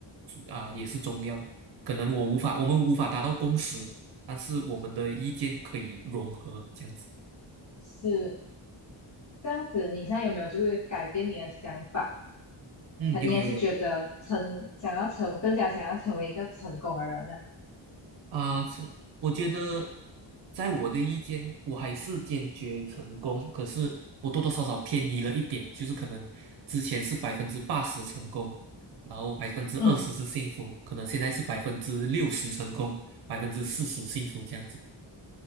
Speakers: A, on the right (about 55°); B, on the left (about 35°).
A: 啊也是重要。可能我无法，我们无法达到共识，但是我们的意见可以融合，这样子。
B: 是。这样子，你现在有没有就是改变你的想法？
A: 嗯，
B: 还你还是觉得成想要成更加想要成为一个成功的人呢、
A: 有有有。啊，是，我觉得，在我的意见，我还是坚决成功，可是我多多少少偏移了一点，就是可能之前是百分之八十成功，然后百分之二十是幸福，
B: 嗯。
A: 可能现在是百分之六十成功，百分之四十幸福这样子。